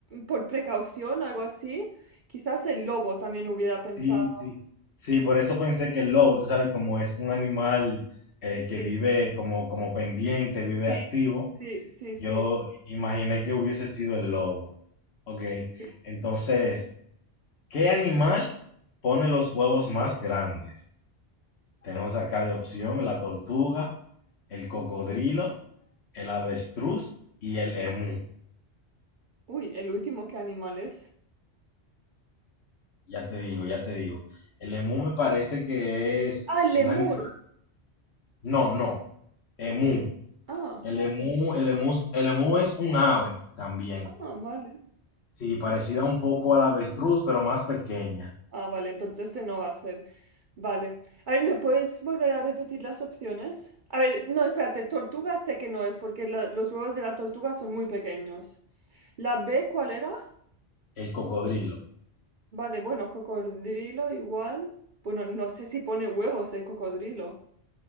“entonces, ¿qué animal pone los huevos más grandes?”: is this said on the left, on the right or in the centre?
Left